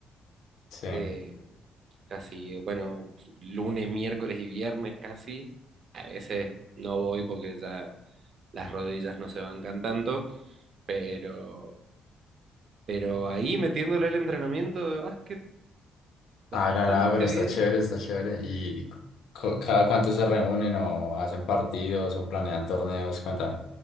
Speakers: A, on the left; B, on the right.
A: Sí.
B: eh, casi, bueno, lunes, miércoles y viernes casi. A veces no voy porque ya las rodillas no se bancan tanto, pero, pero ahí metiéndole el entrenamiento de básquet bastante
A: Ah, no, no, pero está
B: bien.
A: chévere, está chévere. ¿Y cu- cada cuánto se reúnen o hacen partidos o planean torneos? Cuéntame.